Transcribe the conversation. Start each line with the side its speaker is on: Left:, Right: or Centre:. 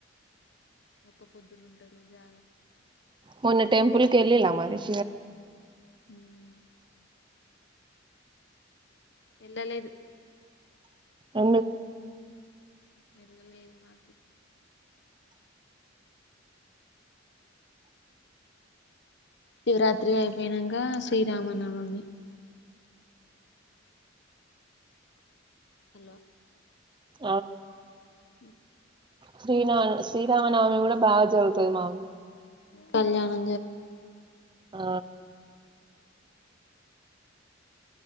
Left: ఒ పొద్దుడు ఉంటారు జాగారాలు ఉంటారు
Right: మొన్న టెంపుల్కి ఎల్లిల మరి శివరాత్రికి
Left: హ్మ్. వెళ్ళలేదు
Right: ఎందుగు
Left: వెళ్ళలేదు నాకు లేదు పండగ శివరాత్రి అయిపోయినంక శ్రీరామనవమి హలో
Right: ఆ
Left: హమ్
Right: శ్రీనా శ్రీరామనవమి గూడా బాగా జరుగుతుది మా ఊర్లో
Left: కళ్యాణం జరుగుతది
Right: ఆ